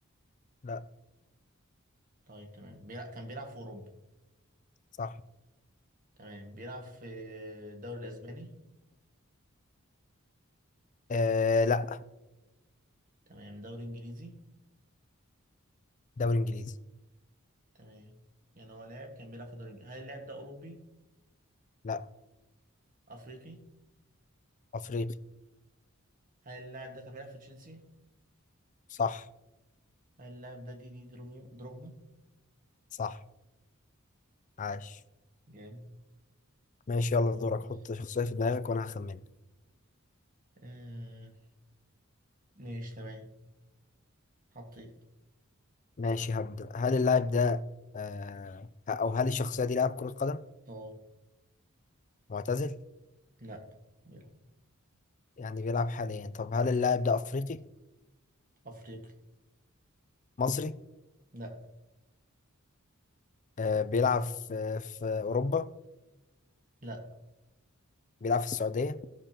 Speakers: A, on the left (about 35°); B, on the right (about 40°).
A: لأ
B: طيب تمام بيلعب كان بيلعب في أوروبا
A: صح
B: تمام بيلعب في الدوري الأسباني
A: أه لأ
B: تمام دوري انجليزي
A: دوري إنجليزي
B: تمام يعني هو لاعب كان بيلعب في دوري انجليزي هل اللاعب ده اوروبي
A: لأ
B: افريقي
A: أفريقي
B: هل اللاعب ده كان بيلعب في تشيلسي
A: صح
B: هل اللاعب ده دي دي دروجبا دروجبا
A: صح عاش
B: جامد
A: ماشي يلا دورك
B: ماشي
A: حط شخصية في دماغك وأنا هخمنها
B: آه ماشي تمام حطيت
A: ماشي هبدأ هل اللاعب ده آه أو هل الشخصية دي لاعب كرة قدم
B: اه
A: معتزل
B: لا بيلعب
A: يعني بيلعب حاليا طب هل اللاعب ده أفريقي
B: افريقي
A: مصري
B: لا
A: آه بيلعب في, في أوروبا
B: لا
A: بيلعب في السعودية